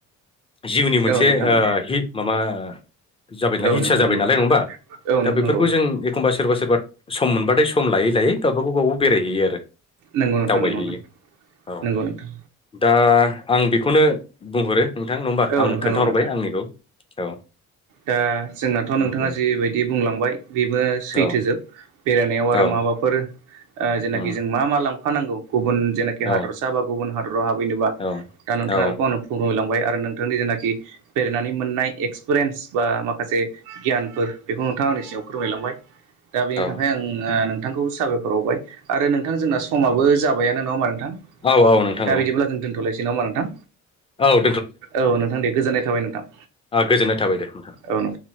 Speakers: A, on the left; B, on the right.
A: जिउनि मोनसे
B: औ नोंथां औ
A: हि माबा जाबायना
B: औ
A: हितसा
B: नोंथां
A: जाबाय
B: नंगौ
A: नालाय नङबा
B: औ
A: दा
B: नोंथां
A: बेफोरखौ
B: औ
A: जों एखमबा सोरबा सोरबा सम मोनबाथाय सम लायै लायै गावबाागाव गाव बेरायहैयो आरो
B: नंगौ नोंथां
A: दावबायहैयो
B: नंगौ नोंथ
A: औ
B: नंगौ नोंथां
A: दा आं बेखौनो बुंहरो नोंथां नङबा
B: औ
A: आं
B: नोंथां
A: खोन्थाहरबाय
B: औ नोंथां
A: आंनिखौ औ
B: दा जोंनाथ' नोंथाङा
A: ओमफ्राय
B: जिबायदि बुंलांबाय बेबो सैथोजोब
A: औ
B: बेरायनायाव आरो
A: औ
B: माबाफोर ओ जेनाखि
A: उम
B: जों मा मा लांफाानांगौ गुबुन जे हादरसा
A: औ
B: बा गुबुन हादराव हाबैनोबा
A: औ
B: दा नोंथाङा
A: औ
B: बेखौ आंनो बुंलांबाय आरो नोंथांनि जेनाखि बेरायनानै मोननाय एक्सपिरियेन्स बा माखासे गियानफोर बेखौ नोंथां आंनि सिाव फोरमायलांबाय दा बेनि
A: औ
B: थाखाय आं नोंथांखौ साबायखर बावबाय आरो नोंथां जोंना समाबो जाबायानो नङा होमा नोंथां
A: औ औ नोंथां
B: दा
A: औ
B: बिदिब्ला जों दोन्थ'लायसै नामा नोंथां
A: औ
B: औ नोंथां दे गोजोननाय थाबाय नोंथां
A: आ गोजोन्नाय थाबाय दे नोंथाङा
B: औ नों